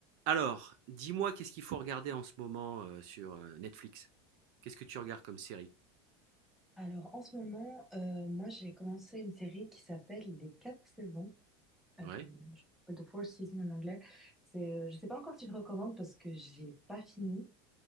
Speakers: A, on the right; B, in the centre.
A: Alors, dis-moi qu'est-ce qu'il faut regarder en ce moment, heu, sur, heu, Netflix? Qu'est-ce que tu regardes comme série?
B: Alors, en ce moment, euh, moi, j'ai commencé une série qui s'appelle Les Quatre Saisons. Euh,
A: Ouais,
B: je m'appelle The Four Seasons en anglais. C'est, euh, je sais pas encore si je recommande parce que j'ai pas fini.